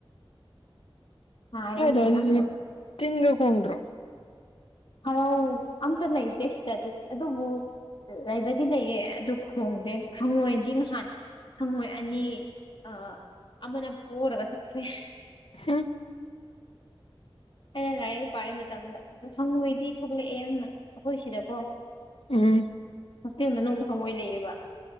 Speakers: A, on the left; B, on the left.
A: ꯍꯥꯏꯅꯦ
B: ꯅꯣꯢ ꯑꯗꯨꯋꯥꯢꯗꯗꯤ
A: ꯌꯥꯝꯅ
B: ꯇꯤꯟꯒꯥꯡ ꯈꯣꯡꯗ꯭ꯔꯣ
A: ꯍꯥꯔꯧ ꯑꯝꯇ ꯂꯩꯇꯦ ꯁꯤꯗꯗꯤ ꯑꯗꯨꯕꯨ ꯂꯩꯕꯗꯤ ꯂꯩꯌꯦ ꯑꯗꯨ ꯈꯣꯡꯗꯦ ꯍꯪꯉꯣꯏꯗꯤ ꯅꯍꯥꯟ ꯍꯪꯉꯣꯏ ꯑꯅꯤ ꯑ ꯑꯃꯅ ꯄꯣꯔꯒ ꯆꯠꯈ꯭ꯔꯦ
B: ꯍꯝ
A: ꯑꯩꯅ ꯂꯥꯢꯔꯤꯛ ꯄꯥꯔꯤ ꯃꯇꯝꯗ ꯑꯗꯨ ꯃꯤ ꯊꯣꯛꯂꯛꯑꯦ ꯌꯥꯝꯅ ꯑꯩꯈꯣꯏ ꯁꯤꯗꯀꯣ
B: ꯎꯝ
A: ꯍꯣꯁꯇꯦꯜ ꯃꯅꯨꯡꯗ ꯍꯪꯉꯣꯏ ꯂꯩꯌꯦꯕ